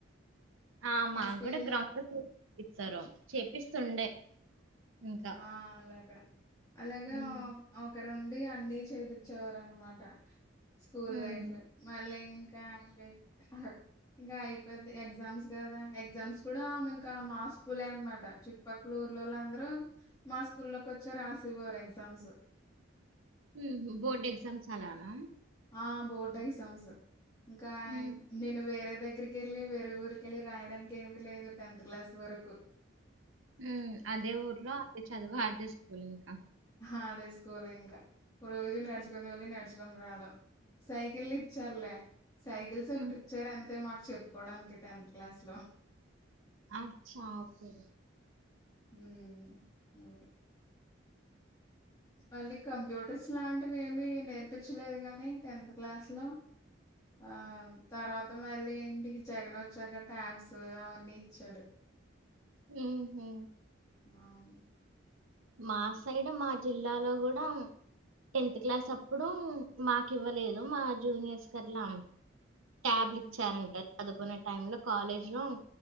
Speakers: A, on the right; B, on the left.
A: ఆ మా
B: ఎస్‌పీఎల్
A: కూడా గ్రౌండ్
B: అంటే
A: ఫ్లోర్ ఇచ్చరో చేపిస్తుండే ఇంకా.
B: ఆ అలగా అలగా
A: హ్మ్.
B: ఒకరుండీ అన్ని చేపిచ్చేవారు అనమాట స్కూల్
A: హ్మ్.
B: లైఫ్ మళ్ళీ ఇంకా అనిపీద్ హట్ ఇంకా అయిపోద్ధి ఎగ్జామ్స్ కదా ఎగ్జామ్స్ కూడా ఇంకా మా స్కూలే అనమాట చుట్ పక్లూర్లో వాళ్లు అందరూ మా స్కూల్లోకి వచ్చే రాసేవారు ఎగ్జామ్సు
A: ఊహు బోర్డ్ ఎగ్జామ్స్ అలానా
B: ఆ బోర్డు ఎగ్జామ్సు ఇంకా
A: హ్మ్.
B: నేను వేరే దగ్గరికి వెళ్ళి వేరే ఊరికి వెళ్ళి రాయడానికి ఏమి లేదు టెన్త్ క్లాస్ వరకు
A: ఊ అదే ఊర్లో అదే చదువు అదే స్కూల్ ఇంకా
B: అదే స్కూల్ ఇంకా రోజు నడుచుకొని వెళ్ళి నడుచుకొని రావడం. సైకిల్లిచ్చార్లే సైకిల్స్
A: హ్మ్.
B: ఒకటి ఇచ్చర్ అంతే మాకు చెప్పుకోడానికి టెన్త్ క్లాస్ లో
A: అచ్చా ఓకే
B: ఊమ్ అవే మళ్లి కంప్యూటర్స్ లాంటివి ఏమీ నేర్పించలేదు గానీ టెన్త్ క్లాస్ లో ఆ తర్వాత మళ్ళీ ఇంటికి జగన్ వచ్చాక ట్యాబ్సూ అవన్నీ ఇచ్చాడు
A: ఊహు
B: ఆవును
A: మా సైడు మా జిల్లాలో కూడా టెన్త్ క్లాస్ అప్పుడూ మాకు ఇవ్వలేదు మా జూనియర్స్ కట్లా ట్యాబ్లు
B: ఉమ్
A: ఇచ్చారంట చదువుకునే టైంలో కాలేజ్ లో